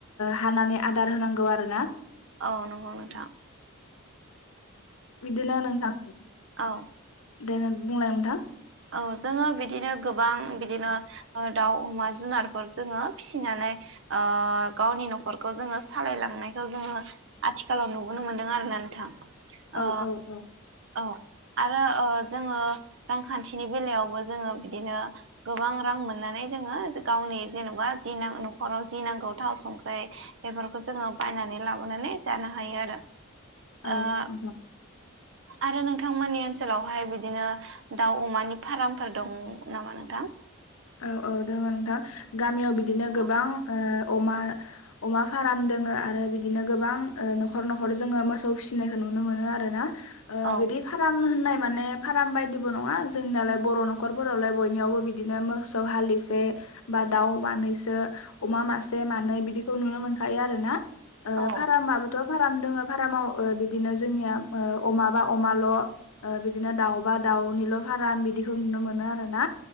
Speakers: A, on the left; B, on the right.
A: हानानै आदार होनांगौ आरोना।
B: औ नंगौ नोंथां।
A: बिदिनो नोंथां
B: औ
A: दे नों बुंलाय नोंथां।
B: औ जोङो बिदिनो गोबां बिदिनो ओ दाउ अमा जुनारफोर जोङो फिसिनानै ओ गावनि न'खरखौ जोङो सालायलांनायखौ जोङो आथिखालाव नुबोनो मोनदों आरोना नोंथां।
A: औ
B: ओ
A: औ औ।
B: औ आरो ओ जोङो रांखान्थिनि बेलायावबो जोङो बिदिनो गोबां रां मोननानै जोङो गावनि जेनेबा जि न'खराव जि नांगौ थाव संख्रि बेफोरखौ जोङो बायनानै लाबोनानै जानो हायो आरो।
A: औ
B: ओ
A: नोंथां।
B: आरो नोंथांमोननि ओनसोलावहाय बिदिनो दाउ अमानि फारामफोर दं नामा नोंथां?
A: औ औ दङ नोंथां। गामियाव बिदिनो
B: औ
A: गोबां ओ अमा अमा फाराम दोङो आरो बिदिनो गोबां ओ न'खर न'खर जोङो मोसौ फिसिनायखौ नुनो मोनो आरोना। ओ
B: औ
A: बिदि फाराम होननाय माने फार्म बायदिबो नङा जोंनियालाय बर' न'खरफोरावलाय बयनियावबो बिदिनो मो सौ हालिसे बा दाउ मानैसो अमा मासे मानै बिदिखौ नुनो मोन खायो आरो ना ओ
B: औ
A: फारामाबोथ' फाराम दङ फारामाव ओ बिदिनो जोंनिया ओ अमाबा अमाल' ओ बिदिनो दाउबा दाउनि ल' फाराम बिदिखौ नुनो मोनो आरोना